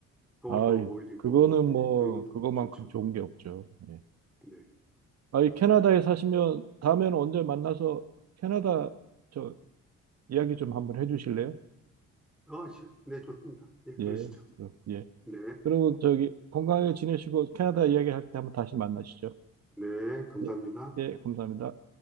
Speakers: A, in the centre; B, on the right.
A: 서로
B: 아,
A: 어울리고,
B: 그거는 뭐
A: 예. 그런 것도
B: 그거만큼
A: 좋죠.
B: 좋은 게 없죠. 예.
A: 네.
B: 아, 캐나다에 사시면 다음에는 언제 만나서 캐나다 저 이야기 좀 한번 해주실래요?
A: 아, 시- 네, 좋습니다. 예,
B: 예,
A: 그러시죠.
B: 그, 예.
A: 네,
B: 그리고 저기 건강하게 지내시고 캐나다 이야기할 때 한번 다시 만나시죠.
A: 네, 감사합니다.
B: 예, 예, 감사합니다.